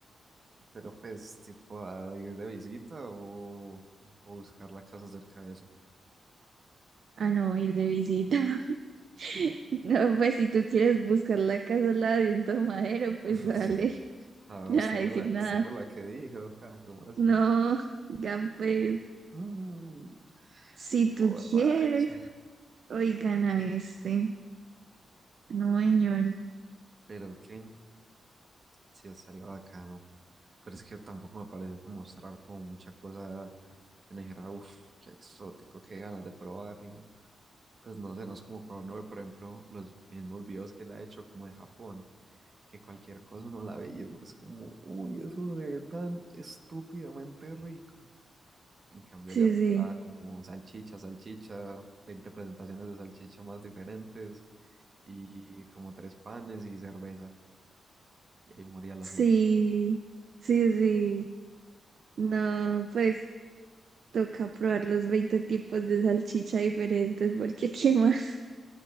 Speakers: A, on the right; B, on the right.
A: Pero pues, tipo, a ir de visita o, o buscar la casa cerca de eso.
B: Ah, no, ir de visita. <laughs> No, pues si tú quieres buscar la casa al lado de un tomadero, pues
A: <laughs>
B: dale,
A: Ah,
B: <laughs> nada,
A: usted fue
B: decir
A: la,
B: nada.
A: usted fue la que dijo. <laughs> ah, ¿Cómo así?
B: No, oigan, pues
A: Mm,
B: si tú
A: borracha.
B: quieres, oigan a este. No, señor.
A: Pero que sí estaría bacano. Pero es que tampoco me pareció que mostrar como mucha cosa que uno dijera, uff, qué exótico, qué ganas de probarlo. Pues no sé, no es como cuando uno ve, por ejemplo, los mismos videos que él ha hecho como de Japón, que cualquier cosa uno la ve y uno es como, uy, eso se ve tan estúpidamente rico. En cambio
B: Sí,
A: allá pues
B: sí,
A: era como salchicha, salchicha, 20 presentaciones de salchicha más diferentes y como tres panes y cerveza. Y ahí moría el
B: sí,
A: asunto.
B: sí, sí. No, pues toca probar los 20 tipos de salchicha diferentes, porque <laughs> qué más.